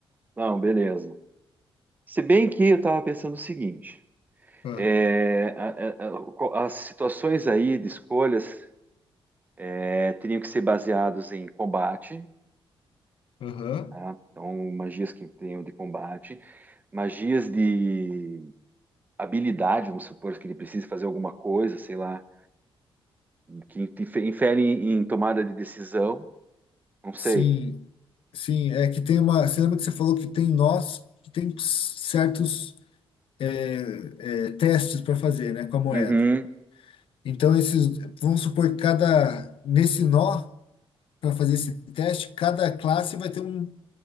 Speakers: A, on the right (about 15°); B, on the left (about 65°).
A: Não, beleza. Se bem que eu estava pensando o seguinte:
B: Ah,
A: é, a- a- a- o co- as situações aí de escolhas é, teriam que ser baseadas em combate,
B: Aham.
A: tá? Então, magias que tenham de combate, magias de habilidade, vamos supor que ele precise fazer alguma coisa, sei lá, que infere em tomada de decisão, não sei.
B: Sim, sim, é que tem uma. Você lembra que você falou que tem nós que tem certos é, é, testes para fazer, né, com a moeda.
A: Uhum,
B: Então esses, vamos supor que cada nesse nó para fazer esse teste, cada classe vai ter uma